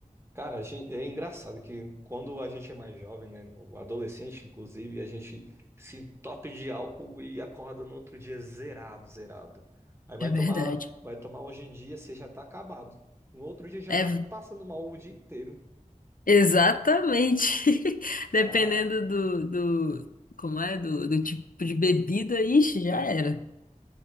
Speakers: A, on the right; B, on the left.
A: Cara, a gente, é engraçado que quando a gente é mais jovem, né, no adolescente inclusive, a gente se entope de álcool e acorda no outro dia zerado, zerado. Aí vai
B: É verdade.
A: tomar, vai tomar hoje em dia, você já tá acabado. No outro dia já
B: É,
A: tá passando mal o dia inteiro.
B: exatamente. <laughs>
A: Cara,
B: Dependendo do, do, como é, do, do tipo de bebida, ixi, já era.